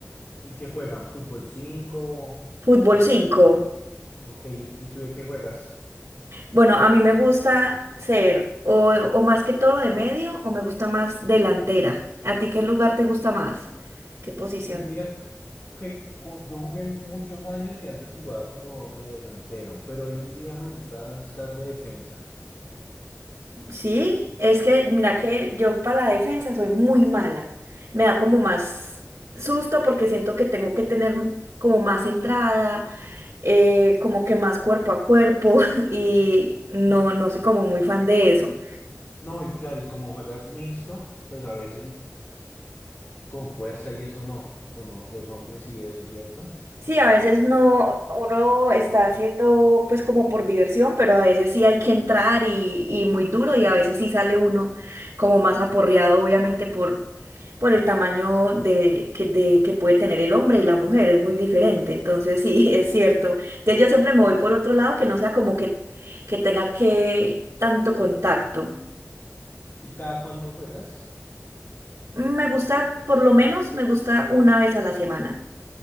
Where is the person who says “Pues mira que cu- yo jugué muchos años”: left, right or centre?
Left